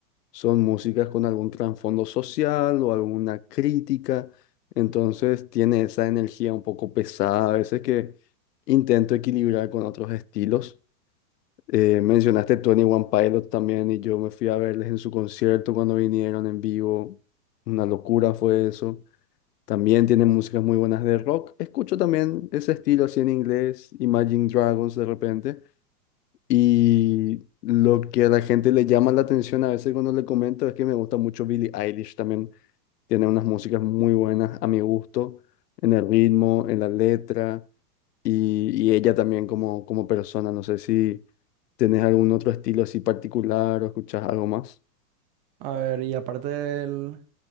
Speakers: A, on the left; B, on the right.
A: son músicas con algún trasfondo social o alguna crítica. Entonces tiene esa energía un poco pesada a veces que intento equilibrar con otros estilos. Eh, mencionaste 21 Pilot también y yo me fui a verles en su concierto cuando vinieron en vivo. Una locura fue eso. También tienen músicas muy buenas de rock. Escucho también ese estilo así en inglés, Imagine Dragons de repente. Y lo que a la gente le llama la atención a veces cuando le comento es que me gusta mucho Billie Eilish también. Tiene unas músicas muy buenas a mi gusto, en el ritmo, en la letra y, y ella también como, como persona. No sé si tenés algún otro estilo así particular o escuchás algo más.
B: A ver, y aparte del,